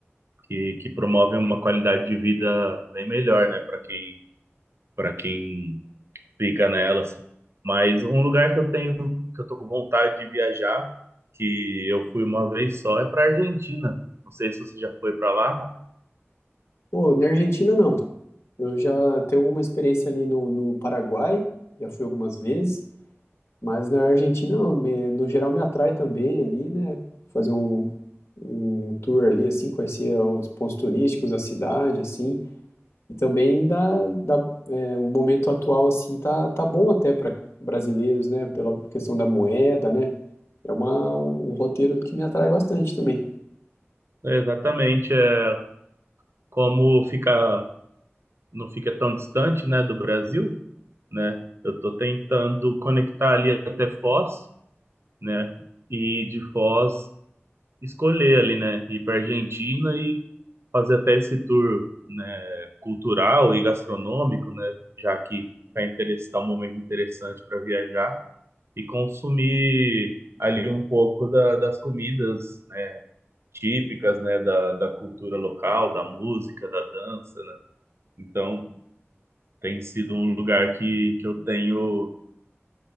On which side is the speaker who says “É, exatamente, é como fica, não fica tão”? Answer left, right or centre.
Right